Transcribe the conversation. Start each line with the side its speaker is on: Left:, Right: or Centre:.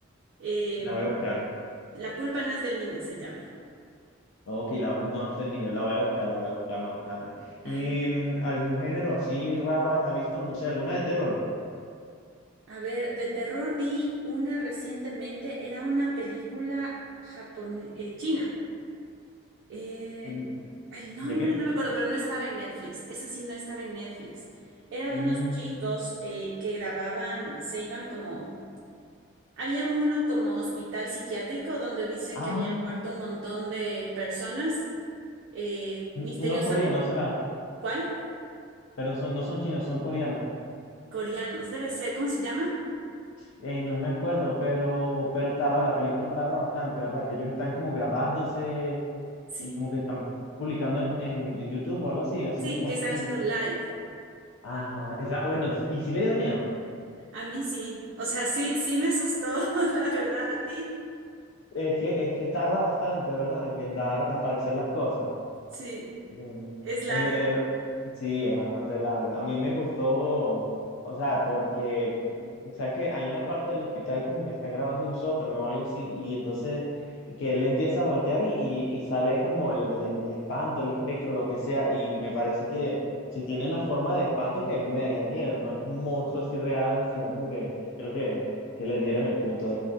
Right: Eh,
Left: La voy a buscar.
Right: La culpa no es del niño, se llama.
Left: Ok, la, no es del niño, la voy a buscar, la voy a buscar más tarde. ¿Y
Right: Ajá.
Left: mm, algún género así raro ha, ha visto? No sé, alguna de terror.
Right: A ver, de terror vi una recientemente, era una película japon eh, china. Eh,
Left: Mm,
Right: el nombre
Left: ¿De qué?
Right: no me acuerdo, pero no estaba en Netflix. Esa sí no estaba en Netflix. Era
Left: Mm,
Right: de unos chicos eh, que grababan, se iban como... Había uno como hospital psiquiátrico donde dicen
Left: ah,
Right: que habían muerto un montón de personas eh,
Left: un-
Right: misteriosamente.
Left: unos coreanos será,
Right: ¿Cuál?
Left: pero son, no son chinos, son coreanos.
Right: Coreanos, debe ser. ¿Cómo se llama?
Left: Eh, no me acuerdo, pero, pero tarda, la película tarda bastante, ¿verdad? Que ellos están como grabándose
Right: Sí,
Left: y como que están publicando en, en, en YouTube o algo así, haciendo
Right: sí,
Left: como
Right: que
Left: streaming.
Right: están haciendo live.
Left: Ajá, esa, bueno, y si le dio miedo.
Right: A mí sí. O sea, sí, sí me asustó, <laughs> la verdad, a ti.
Left: Es que, es que tarda bastante, ¿verdad? En, en dar a aparecer las cosas.
Right: Sí,
Left: Sí,
Right: es
Left: Eh,
Right: larga.
Left: me- sí, es bastante larga. A mí me gustó, o sea, porque, o sea, que hay una parte del hospital como que están grabando un sótano o algo así, y entonces, y que él empieza a voltear y, y- y sale como el, el- el espanto, el espectro, lo que sea, y me parece que si tiene una forma de espanto que a mí me daría miedo, no es un monstruo así real, sino como que creo que, que le dieron el punto